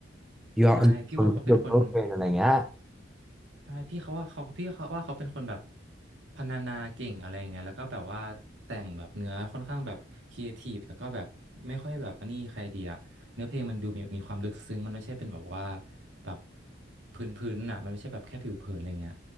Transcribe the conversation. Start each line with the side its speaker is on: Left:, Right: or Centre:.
Centre: You
Right: ใช่พี่ว่าเขาเป็นคน
Centre: are unbelievable อะไรเงี้ย
Right: ใช่พี่เขาว่าเขาพี่เขาว่าเขาเป็นคนแบบพรรณนาเก่งอะไรอย่างเงี้ยแล้วก็แบบว่าแต่งแบบเนื้อค่อนข้างแบบครีเอทีฟแล้วก็แบบไม่ค่อยแบบอันนี้ใครเดียเนื้อเพลงมันดูมีมีความลึกซึ้งมันไม่ใช่เป็นแบบว่าแบบพื้นๆน่ะมันไม่ใช่แบบแค่ผิวเผินอะไรเงี้ย